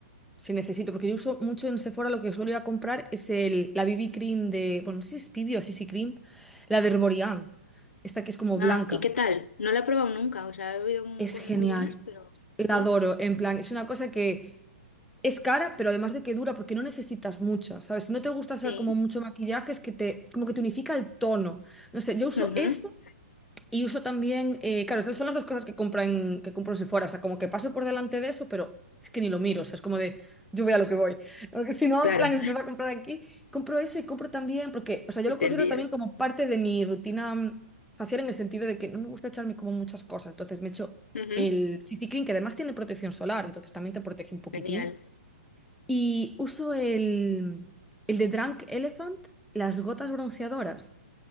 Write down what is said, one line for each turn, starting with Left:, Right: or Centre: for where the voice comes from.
Centre: si necesito, porque yo uso mucho en Sephora lo que suelo ir a comprar es el, la BB Cream de, bueno, no sé si es BB o CC Cream, la de Herborian, esta que es como blanca.
Left: Ah, ¿y qué tal? No la he probado nunca, o sea, he oído mm,
Centre: Es
Left: cosas
Centre: genial,
Left: muy buenas, pero
Centre: la
Left: sí,
Centre: adoro, en plan, es una cosa que es cara, pero además de que dura, porque no necesitas mucha ¿sabes? Si no te gusta usar
Left: sí.
Centre: como mucho maquillaje, es que te, como que te unifica el tono. No sé, yo uso
Left: Ujú,
Centre: eso Y uso también, eh, claro, son las dos cosas que compro en, que compro en Sephora, o sea, como que paso por delante de eso, pero es que ni lo miro, o sea, es como de, yo voy a lo que voy, porque si no,
Left: Claro.
Centre: en plan, empiezo a comprar aquí, compro eso y compro también, porque, o sea, yo
Left: Siete
Centre: lo considero
Left: días.
Centre: también como parte de mi rutina mm, facial en el sentido de que no me gusta echarme como muchas cosas, entonces me echo
Left: Ujú,
Centre: el CC Cream, que además tiene protección solar, entonces también te protege un poquitín,
Left: Genial.
Centre: y uso el, el de Drunk Elephant, las gotas bronceadoras,